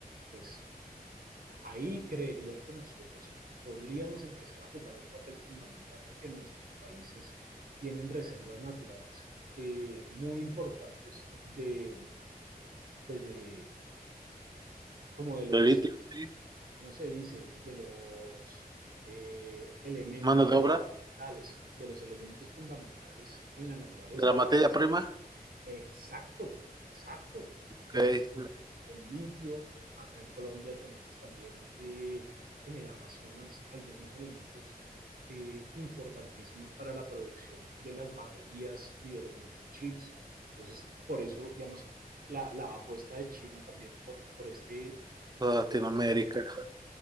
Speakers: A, on the right; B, on the right.
A: pues ahí creería que nosotros podríamos empezar a jugar un papel fundamental porque nuestros países tienen reservas naturales eh, muy importantes de, pues de, como de los
B: El litio, sí.
A: ¿cómo se dice?, de los eh, elementos
B: Mano de obra,
A: fundamentales, de los elementos fundamentales en la naturaleza.
B: de la materia prima,
A: Exacto, exacto. Lo
B: que
A: que dices, el litio, acá en Colombia tenemos también eh, en el Amazonas algunos elementos eh, importantísimos para la producción de las baterías y de los microchips. Entonces, por eso, digamos, la, la apuesta de China también por, por este
B: toda Latinoamérica.
A: pedazo del